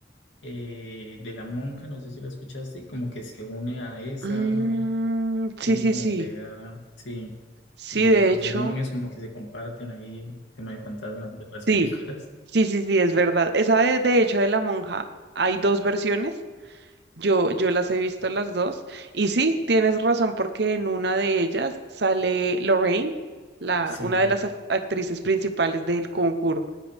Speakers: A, on the left; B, on the right.
A: eh, de la monja, no sé si la escuchaste, y como que se une a esa
B: Mm, sí,
A: viene
B: sí,
A: como
B: sí.
A: pegada, sí.
B: Sí,
A: Y
B: de
A: los
B: hecho.
A: demonios como que se comparten ahí el tema de fantasmas entre las
B: Sí,
A: películas. <laughs>
B: sí, sí, sí, es verdad. Esa de, de hecho de la monja hay dos versiones. Yo, yo las he visto las dos. Y sí, tienes razón porque en una de ellas sale Lorraine, la,
A: Sí,
B: una de las ac- actrices principales del Conjuro.